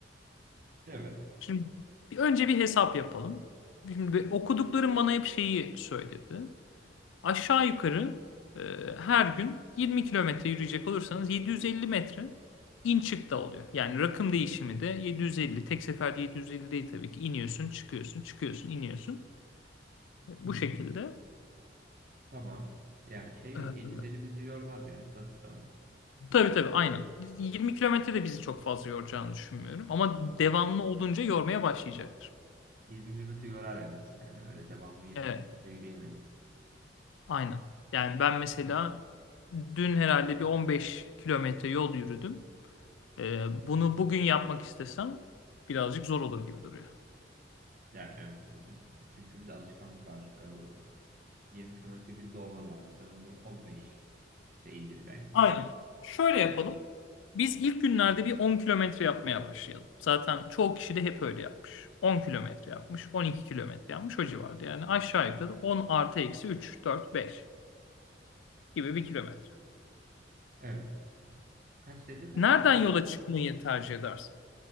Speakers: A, on the right; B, on the left.
A: Evet.
B: Şimdi bir, önce bir hesap yapalım. Şimdi okuduklarım bana hep şeyi söyledi. Aşağı yukarı e, her gün 20 kilometre yürüyecek olursanız 750 metre in çık da oluyor. Yani rakım değişimi de 750. Tek seferde 750 değil tabii ki. İniyorsun, çıkıyorsun, çıkıyorsun, iniyorsun. Bu şekilde.
A: Tamam. Yani şey yok
B: E,
A: 750 bizi yormaz yani basit o.
B: tabii tabii aynen. 20 kilometre de bizi çok fazla yoracağını düşünmüyorum. Ama devamlı olunca yormaya başlayacaktır.
A: 20 kilometre yorar evet. Yani öyle devamlı 20
B: Evet,
A: kilometre yürüyemeyiz.
B: aynen. Yani ben mesela dün herhalde bir 15 kilometre yol yürüdüm. Ee, bunu bugün yapmak istesem birazcık zor olur gibi duruyor.
A: Yani evet tabii canım. Çünkü bir de alışkanlık var. Ee, 20 kilometre günde olmaz abi. Sen onu 15 şey indir bence.
B: Aynen. Şöyle yapalım. Biz ilk günlerde bir 10 kilometre yapmaya başlayalım. Zaten çoğu kişi de hep öyle yapmış. 10 kilometre yapmış, 12 kilometre yapmış o civarda. Yani aşağı yukarı 10 artı eksi 3, 4, 5 gibi bir kilometre.
A: Evet. Kaç dedi kaç?
B: Nereden
A: Bir daha
B: yola
A: söyle.
B: çıkmayı tercih edersin?